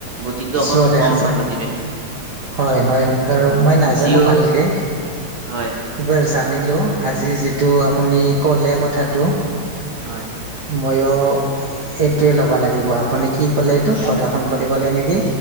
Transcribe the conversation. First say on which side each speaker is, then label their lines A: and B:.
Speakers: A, on the right; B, on the right.
A: গতিতটো
B: শ্ল'
A: অকণ
B: দেখা
A: কম
B: যায়
A: হয় গতি মেলি
B: হয়, হয় আৰু মই নাজানো
A: জিঅ'
B: ভালকে।
A: হয়,
B: এইবাৰ জানিলো আজি যিটো আপুনি ক'লে কথাটো।
A: হয়।
B: ময়ো এইটোৱে ল'ব লাগিব আপুনি কি ক'লে এইটো ভোডাফোন বুলি ক'লে নেকি।